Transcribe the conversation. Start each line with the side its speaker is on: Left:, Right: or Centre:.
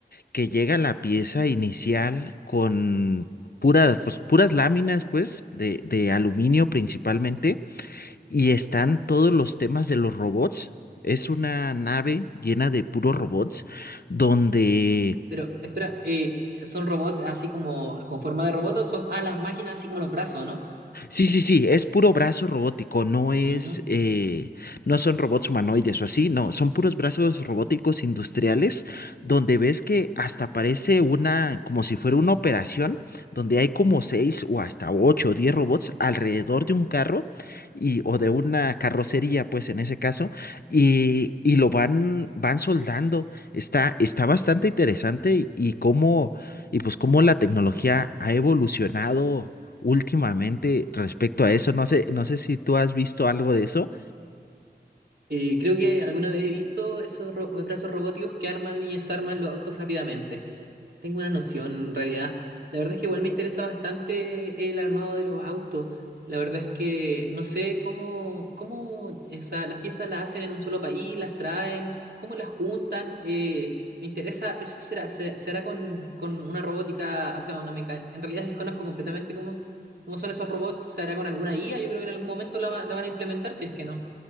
Left: que llega la pieza inicial con... Puras, pues, puras láminas, pues, de, de aluminio principalmente y están todos los temas de los robots. Es una nave llena de puros robots donde
Right: Pero, espera, eh, ¿son robots así como con forma de robot o son ah, las máquinas así como los brazos, ¿no?
Left: Sí, sí, sí, es puro brazo robótico, no es,
Right: Ujú.
Left: eh, no son robots humanoides o así, no, son puros brazos robóticos industriales donde ves que hasta parece una, como si fuera una operación, donde hay como seis o hasta ocho o diez robots alrededor de un carro y, o de una carrocería, pues en ese caso, y, y lo van, van soldando. Está, está bastante interesante y, y cómo, y pues cómo la tecnología ha evolucionado últimamente respecto a eso. No sé, no sé si tú has visto algo de eso.
Right: Eh, creo que alguna vez he visto esos ro- brazos robóticos que arman y desarman los autos rápidamente. tengo una noción en realidad. La verdad es que igual me interesa bastante el armado de los autos. La verdad es que no sé cómo, cómo esa- las piezas las hacen en un solo país, las traen, cómo las juntan. eh, me interesa, eso será, se- será con, con una robótica, o sea, una mecánica. En realidad <laughs> desconozco completamente cómo, cómo son esos robots. ¿Se hará con alguna IA? Yo creo que en algún momento la, va- la van a implementar, si es que no.